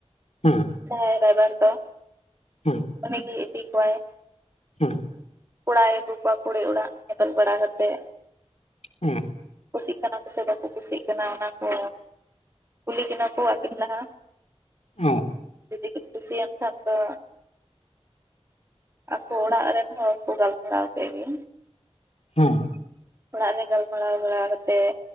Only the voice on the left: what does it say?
ᱦᱩᱸ
ᱦᱩᱸ
ᱦᱩᱸ
ᱦᱩᱸ
ᱚᱸ
ᱦᱩᱸ